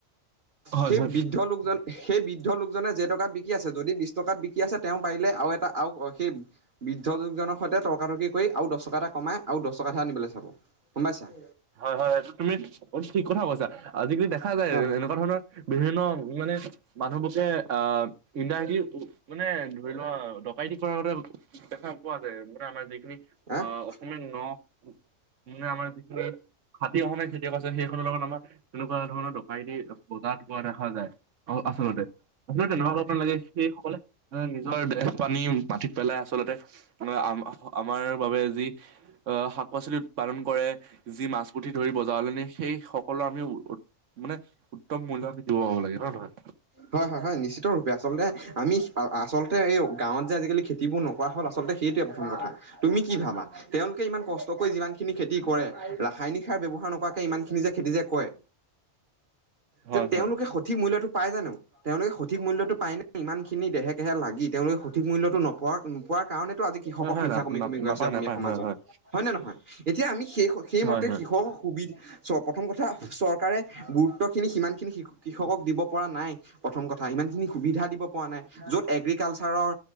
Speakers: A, on the right (about 70°); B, on the right (about 40°).
A: হয়
B: সেই
A: হয়
B: বৃদ্ধ লোকজন সেই বৃদ্ধলোকজনে যে টকাত বিকি আছে, যদি বিছ টকাত বিকি আছে তেওঁ পাৰিলে আৰু এটা আৰু এটা সেই বৃদ্ধ লোকজনৰ সৈতে তৰ্কাতৰ্কি কৰি, আৰু দছ টকা এটা কমাই আৰু দছ টকা এটাহে আনিবলৈ চাব গম পাইছা!
A: হয়, হয়, এইটো তুমি অ', ঠিক কথা কৈছা। আজিকালি দেখা যায়
B: হয়
A: এনেকুৱা ধৰণৰ বিভিন্ন মানে মানুহলুকে আহ ইণ্ডাইৰেক্টলি উম মানে ধৰি লোৱা ডকাইতি কৰা আগতে দেখা নোপোৱা ছাগে আমাৰ যিখিনি
B: আহ
A: অ', অসমীয়া ন' মানে আমাৰ যিখিনি খাতি অসমীয়া খেতিয়ক আছে সেইখনৰ লগত আমাৰ তেনেকুৱা ধৰণৰ ডকাইতি বজাৰত হোৱা দেখা যায়। অ' আচলতে আচলতে তেনেকুৱা কৰিব নালাগে সেই সকলে এ নিজৰ দেহ পানী মাটিত পেলাই আচলতে আ আমাৰ বাবে যি আ শাক পাচলি উৎপাদন কৰে। যি মাছ-পুঠি ধৰি বজাৰলে নিয়ে সেই সকলৰ আমি উ মানে উত্তম মূল্যত বিকিব লাগে হয় নহয়
B: হয়- হয়- হয়। নিশ্চিত ৰূপে। আচলতে আমি আচল তে এই গাঁৱত যে আজিকালি খেতিবোৰ নকৰা হ'ল আচলতে সেইটোৱে প্ৰথম কথা তুমি কি ভাবা? তেওঁলোকে ইমান কষ্ট কৰি যিমান খিনি খেতি যে কৰে! ৰাসায়নিক সাৰ ব্যৱহাৰ নকৰাকৈ ইমান খিনি যে খেতি যে কৰে
A: হয়
B: যে তেওঁলোকে
A: হয় হয়
B: সঠিক মূল্যটো পাই জানো? তেওঁলোক সঠিক মূল্যটো পায় নে ইমান খিনি দেহে কেহে লাগি তেওঁলোকে সঠিক মূল্যটো নপোৱা নোপোৱা কাৰণেই তো, আজি কৃষকৰ
A: হয় হয়
B: সংখ্যা
A: না
B: কমি কমি গৈ
A: নাপায়
B: আছে অসমীয়া
A: নাপায়
B: সমাজত
A: হয় হয়
B: হয়নে নহয়? এতিয়া আমি সেই স-সেইমতে
A: হয় হয়
B: কৃষক সুবিধ চোৱা প্ৰথম কথা, চৰকাৰে গুৰুত্বখিনি সিমানখিনি কৃষকক দিব পৰা নাই। প্ৰথম কথা ইমানখিনি সুবিধা দিব পৰা নাই য'ত এগ্ৰিকালচাৰৰ